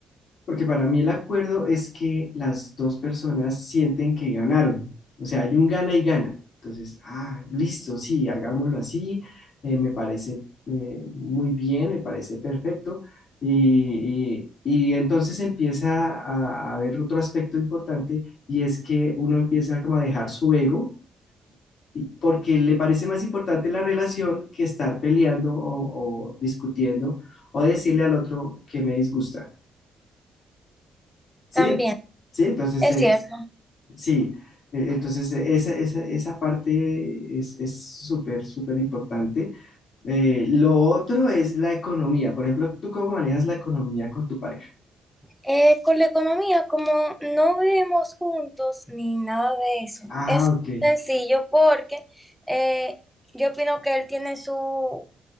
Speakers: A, on the left; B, in the centre.
A: Porque para mí el acuerdo es que las dos personas sienten que ganaron. O sea, hay un gana y gana. Entonces, ah, listo, sí, hagámoslo así. eh, me parece eh, muy bien, me parece perfecto. Y, y- y entonces empieza a, a haber otro aspecto importante y es que uno empieza como a dejar su ego y- porque le parece más importante la relación que estar peleando o o discutiendo o decirle al otro que me disgusta. Sí,
B: También,
A: ent- sí, entonces,
B: es
A: eh,
B: cierto.
A: sí, eh, entonces eh, esa, esa, esa parte es, es súper, súper importante. Eh, lo otro es la economía. Por ejemplo, ¿tú cómo manejas la economía con tu pareja?
B: Eh, con la economía, como no vivimos juntos ni nada de eso,
A: Ah,
B: es
A: ok.
B: sencillo porque eh, yo opino que él tiene su